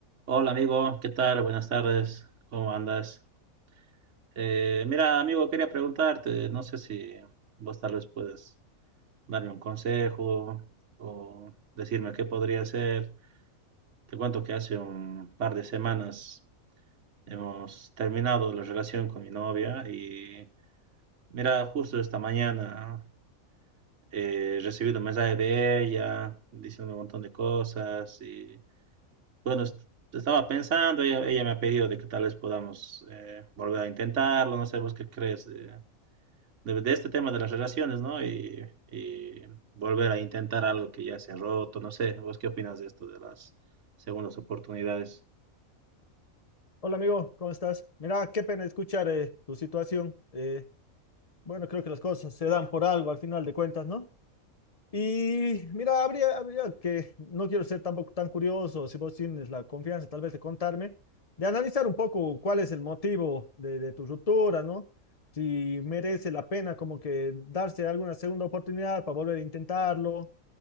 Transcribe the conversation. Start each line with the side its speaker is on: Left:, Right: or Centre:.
Right: Hola amigo, ¿qué tal? Buenas tardes, ¿cómo andas? Eh, mira amigo, quería preguntarte, no sé si vos tal vez puedes darme un consejo o decirme qué podría hacer. Te cuento que hace un par de semanas hemos terminado la relación con mi novia y mira, justo esta mañana eh, he recibido un mensaje de ella diciendo un montón de cosas y... bueno, est- estaba pensando, ella, ella me ha pedido de que tal vez podamos eh, volver a intentarlo, no sé vos qué crees de, de- de este tema de las relaciones, ¿no? Y, y volver a intentar algo que ya se ha roto, no sé, vos qué opinas de esto de las segundas oportunidades.
Left: Hola amigo, ¿cómo estás? Mira, qué pena escuchar eh, tu situación. Eh, bueno, creo que las cosas se dan por algo al final de cuentas, ¿no? Y mira, habría, habría que, no quiero ser tampoco tan curioso, si vos tienes la confianza tal vez de contarme, de analizar un poco cuál es el motivo de, de tu ruptura, ¿no? Si merece la pena como que darse alguna segunda oportunidad para volver a intentarlo,